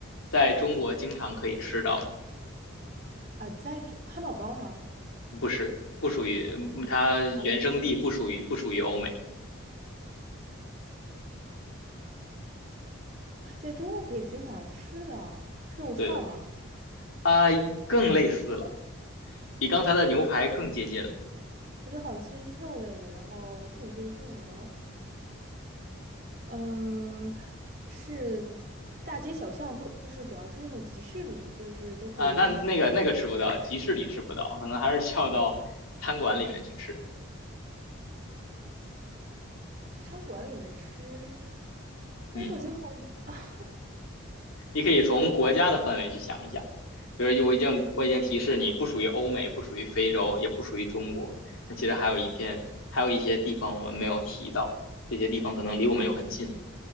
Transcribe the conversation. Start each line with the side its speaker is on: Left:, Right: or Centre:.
Left: 在中国经常可以吃到，
Right: 啊，在这汉堡包吗？
Left: 不是，不属于，嗯它原生地不属于不属于欧美，
Right: 啊，我们这里还在中国可以经常吃的，是肉串儿吗？
Left: 对的，啊、更类似了，比刚才的牛排更接近了，
Right: 我觉得好像是肉类的，然后更接近了。嗯，是大街小巷都，就是只要是那种集市里，就是都可以，
Left: 啊、但那个那个吃不到，
Right: 就是你
Left: 集市里吃不到，可能还是需要到餐馆里面去吃，
Right: 餐馆里面吃，我感觉好，
Left: 嗯，
Right: <laughs>
Left: 你可以从国家的范围去想一想。就我已经我已经提示你不属于欧美，不属于非洲，也不属于中国。那其实还有一片，还有一些地方我们没有提到，这些地方可能离我们又很近，